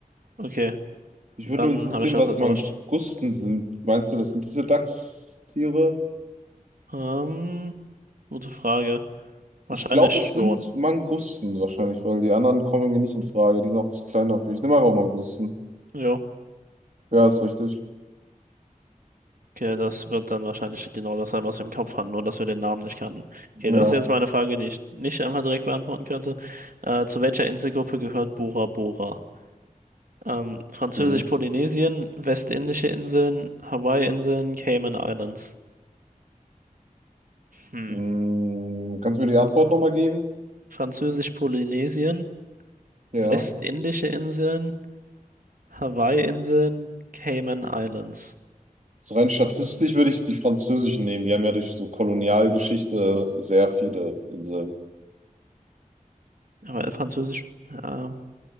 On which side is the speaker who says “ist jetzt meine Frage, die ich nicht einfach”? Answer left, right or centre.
Right